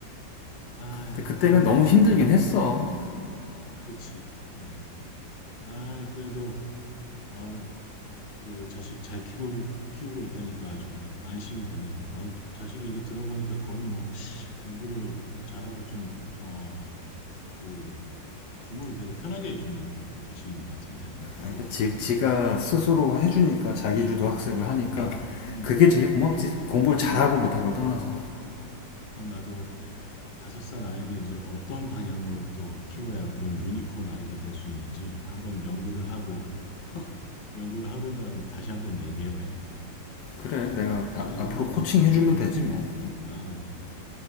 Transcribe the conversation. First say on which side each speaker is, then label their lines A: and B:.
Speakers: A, on the left; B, on the left.
A: 아유,
B: 근데 그때는
A: 그래도
B: 너무
A: 이제
B: 힘들긴 했어.
A: 음. 음. 그치. 음. 아, 그래도 어, 그 자식 잘 키고 키우고 있다니까 아주 안심이 되네. 어, 그 자식 얘기 들어보니까 거의 뭐 공부를 잘하고 좀 어, 그 부모를 되게 편하게 해주는 자식인 것 같은데 부럽다.
B: 아 그러니까 지, 지가
A: 어.
B: 스스로 해주니까 자기주도
A: 음, 음,
B: 학습을 하니까
A: 음,
B: 그게 제일 고맙지 공부를
A: 음,
B: 잘하고 못하고를 떠나서
A: 음. 일단 나도 다섯 살 아이를 이제 어떤 방향으로 또 키워야 그런 유니콘 아이가 될 수 있는지 한번 연구를 하고 <laughs> 연구를 해본 다음에 다시 한번 얘기해 봐야겠다.
B: 그래
A: 어,
B: 내가 앞-
A: 전화 고맙고,
B: 앞으로 코칭 해주면
A: 응,
B: 되지 뭐
A: 아, 응,